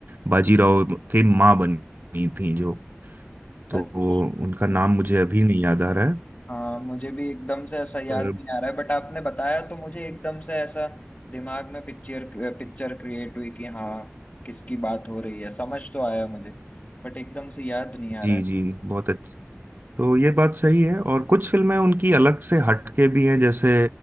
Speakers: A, on the right; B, on the left.
A: बाजीराव की माँ बनी थी जो तो
B: अच्छा
A: वो उनका
B: हम-
A: नाम मुझे अभी नहीं याद आ रहा है
B: हाँ मुझे भी एकदम से ऐसा याद
A: पर
B: नहीं आ रहा है बट आपने बताया तो मुझे एकदम से ऐसा दिमाग में पिक्चर पिक्चर क्रिएट हुई कि हाँ किसकी बात हो रही है समझ तो आया मुझे बट एकदम से याद नहीं आ
A: जी
B: रहा है
A: जी बहुत तो ये बात सही है और कुछ फिल्में उनकी अलग से हटके भी हैं जैसे